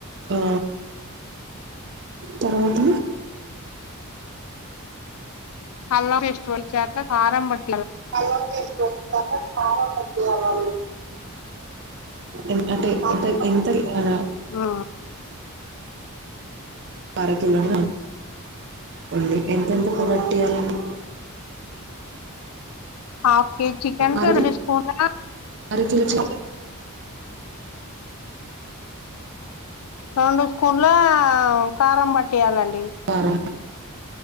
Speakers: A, on the right (about 55°); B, on the left (about 70°).
A: ఆ తర్వాత
B: అల్లం పేస్ట్ వచ్చాక కారం బట్
A: పలావ్ జెస్కో కారం బట్టీయాలా ఎం అంటే ఎంత ఎంత ఆ
B: ఆ
A: అరకిలోనే అనుకోండి ఎంతెన్ ఒక బట్టీయాలని
B: హాఫ్ కేజీ చికెన్ కి
A: అర
B: రెండు స్పూన్ల
A: అరకిలో చి
B: రెండు స్పూన్ల కారం పట్టియాలండి
A: ఆ అవు